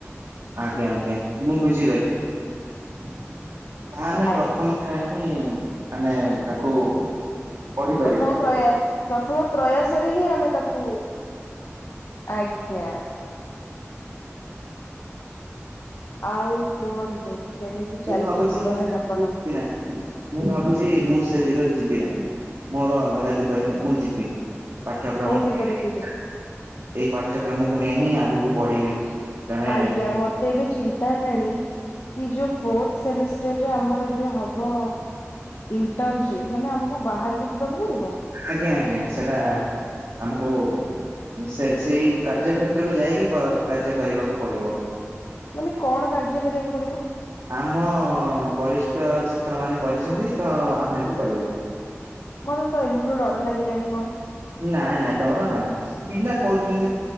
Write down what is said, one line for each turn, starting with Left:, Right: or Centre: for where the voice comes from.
Right: ଆଜ୍ଞା ଆଜ୍ଞା ମୁଁ ବୁଝିଗଲି ତା ଆମେ
Left: ଆଜ୍ଞା
Right: ପ୍ରଥମ ହଁ ଆମେ ତାକୁ ପଢିପାରିବା
Left: ପ୍ରଥମ ପ୍ରୟାସ ପ୍ରଥମ ପ୍ରୟାସରେ ହିଁ ଆମେ ତାକୁ ଆଜ୍ଞା। ଆଉ କୁହନ୍ତୁ କେମିତି
Right: ମୁଁ
Left: ଚାଲିଛି
Right: ଭାବୁଛି
Left: ଜୀବନ
Right: ମୁଁ
Left: ଯାପନ?
Right: ଯିବି ନାହିଁ ମୁଁ ଭାବୁଛି ମୁଁ ସେ ଦିଗରେ ଯିବି ନାହିଁ। ମୋର ଅଲଗା ଦିଗରେ ମୁଁ ଯିବି। ପାଠ୍ୟକ୍ରମକୁ
Left: କୋଉ ଦିଗରେ ଯିବେ?
Right: <inaudible> ଏଇ ପାଠ୍ୟକ୍ରମକୁ ନେଇ ହିଁ ଆଗକୁ ପଢିବି। ଜଣେ
Left: ଆଜ୍ଞା ମତେ ଏବେ ଚିନ୍ତା ହେଲାଣି କି ଯୋଉ ଫୋଥ ଆମର ଯୋଉ ହବ ଇଣ୍ଟରନସିପ ମାନେ ଆମକୁ ବାହାରକୁ ଯିବାକୁ ପଡିବ।
Right: ଆଜ୍ଞା ଆଜ୍ଞା ସେଟା ଆମକୁ ସେ ସେଇ କାର୍ଯ୍ୟକ୍ଷେତ୍ରକୁ ଯାଇକି କର କାର୍ଯ୍ୟ କରିବାକୁ ପଡିବ।
Left: ମାନେ କଣ କାର୍ଯ୍ୟ କରିବାକୁ ପଡିବ?
Right: ଆମ ବରିଷ୍ଠ ଛାତ୍ରମାନେ କରିଛନ୍ତି ତ ଆମେ ବି କରିବା।
Left: ମତେ ତ ଏମୁଠୁ ଡର ଲାଗିଲାଣି କଣ?
Right: ନାଇଁ ନାଇଁ ଡର ନାହିଁ। ପିଲା କରୁଛନ୍ତି